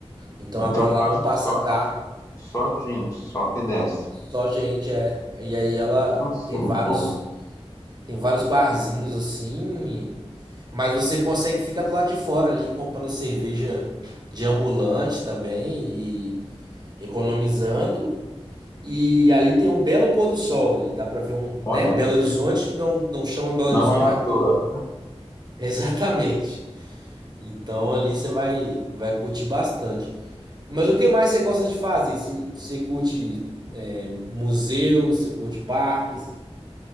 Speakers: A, on the right (about 40°); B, on the left (about 30°).
A: Então
B: Então
A: agora
B: passa
A: lá não passa
B: só,
A: carro,
B: só gente, só pedestre.
A: só gente é. E aí ela
B: Nossa,
A: tem
B: é muito
A: vários,
B: bom.
A: tem vários barzinhos assim, mas você consegue ficar do lado de fora ali comprando cerveja de ambulante também e economizando. E ali tem um belo pôr do sol ali, dá pra ver um,
B: Olha,
A: né? Belo Horizonte não não chama Belo Horizonte
B: não é à
A: à toa.
B: toa.
A: <laughs> Exatamente. Então ali você vai, vai curtir bastante. Mas o que mais você gosta de fazer? Você, você curte é, museus, você curte parques?